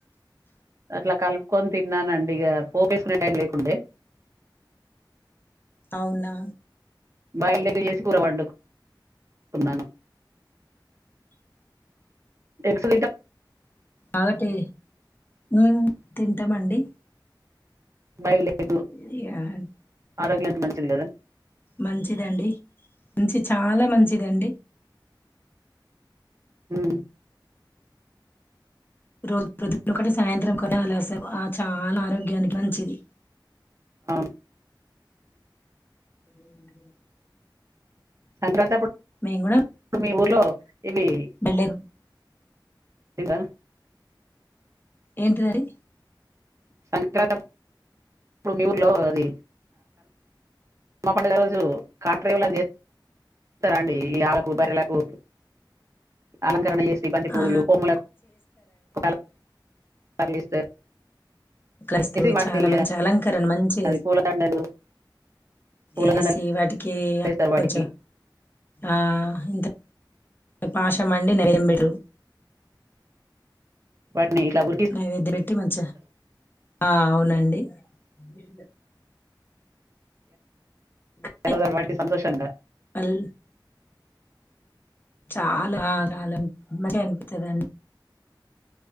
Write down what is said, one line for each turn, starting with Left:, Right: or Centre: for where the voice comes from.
Right: అట్లా కలుపుకొని తిన్నానండి ఇగా పోపేసుకునే టైం లేకుండే
Left: అవునా
Right: బాయిల్డ్ ఎగ్ చేసి కూర వండు కున్నాను ఎగ్స్ తింటా
Left: అగటి ఉమ్మ్ తింటామండి
Right: బాయిల్డ్ ఎగు
Left: ఇది యాల్
Right: ఆరోగ్యానిక్ మంచిది గదా
Left: మంచిదండి ఉంచి చాలా మంచిదండి
Right: ఉ
Left: రోజ్ ప్రొద్దున ఒకటి సాయంత్రం ఒకటి అలాశావు ఆ చా నారోగ్యానిక్ మంచిది
Right: అవ్ను
Left: ఏందే
Right: సంక్రాంతప్పుడ్
Left: మేము కూడా
Right: మీ ఊర్లో ఇవి
Left: వెళ్ళాం
Right: ఇంద
Left: ఏంటిదది
Right: సంక్రాంతప్ ఇప్పుడు మీ ఊర్లో అది మా పండగ రోజు కార్ డ్రైవర్ లన్ చే స్తారండి ఈ ఆవులకు బర్రెలకు అలంకరణ చేసి బంతి పూలు
Left: ఆ
Right: కొమ్ములక్ కొట్టాలక్ సర్ చేస్
Left: క్రైస్తవు
Right: వాటిని
Left: చాలా మంచి
Right: ఆ,
Left: అలంకరణ మంచి
Right: అది పూలదండలు పూలదండలు
Left: ఏసి వాటికి
Right: చేస్తారు
Left: కొంచెం
Right: వాటికి
Left: ఆ ఇంత పాషం అండి నయ్యం బెడు
Right: వాటిని ఇలా ఉ
Left: అ ఎద్దిపెట్టి మంచిగా అ అవునండి ఇ బ
Right: ఎదో వాడికి సంతోషంగా
Left: అల్ చాలా రాల మంచిగా అనిపితదండి